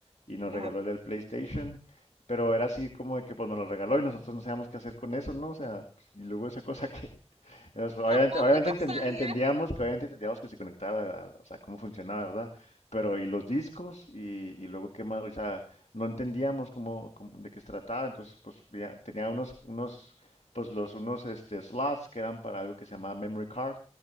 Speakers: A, on the left; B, on the right.
A: Y nos
B: ajá.
A: regaló el PlayStation, pero era así como de que pues nos lo regaló y nosotros no sabíamos qué hacer con eso, ¿no? O sea, pues, y luego esa cosa que, <laughs> es, obviamente,
B: poco
A: obviamente
B: no
A: entendi-
B: sabían
A: entendíamos que obviamente entendíamos que se conectaba, a- a- o sea, cómo funcionaba, ¿verdad? Pero y los discos y, y luego qué más, o sea, no entendíamos cómo, cómo- de qué se trataba, entonces pues ya tenía unos unos pues los unos este slots que eran para algo que se llamaba memory card